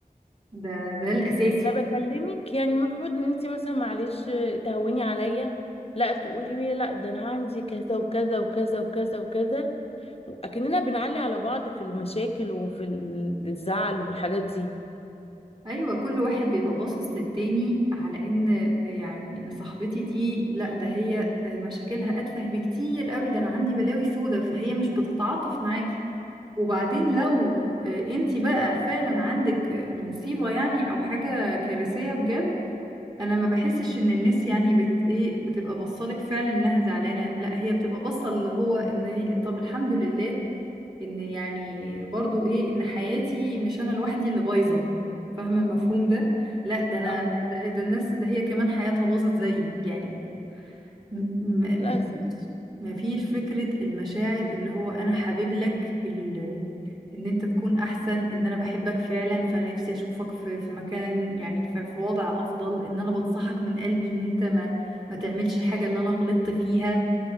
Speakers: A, on the right; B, on the left.
A: ده ده الأساسي
B: انا بكلمك يعني المفروض ان انت مثلا معلش تهوني عليا لا تقولي لي لا ده انا عندي كذا وكذا وكذا وكذا وكذا اكننا بنعلي على بعض في المشاكل وفي ال- الزعل والحاجات دي
A: أيوة كل واحد بيبقى باصص للتاني على إن يعني إن صاحبتي دي لأ ده هي آه، مشاكلها أتفه بكتير قوي ده أنا عندي بلاوي سودة فهي مش بتتعاطف معاكي وبعدين لو انتي بقى فعلا عندك مصيبة يعني أو حاجة كارثية بجد أنا ما بحسش إن الناس يعني بت إيه بتبقى باصة لك فعلا إنها زعلانة لأ هي بتبقى باصة اللي هو إن هي طب الحمد لله ان يعني برضو ايه ان حياتي مش انا لوحدي اللي بايظه فاهمه المفهوم ده لا ده انا
B: اه
A: ده, ده الناس ده هي كمان حياتها باظت زيي يعني م- م-
B: للاسف
A: مفيش مفيش فكره المشاعر اللي هو انا حابب لك ال- ان انت تكون احسن ان انا بحبك فعلا فانا نفسي اشوفك في في مكان يعني في, في وضع افضل ان انا بنصحك من قلبي ان انت ما ما تعملش حاجه اللي انا غلطت فيها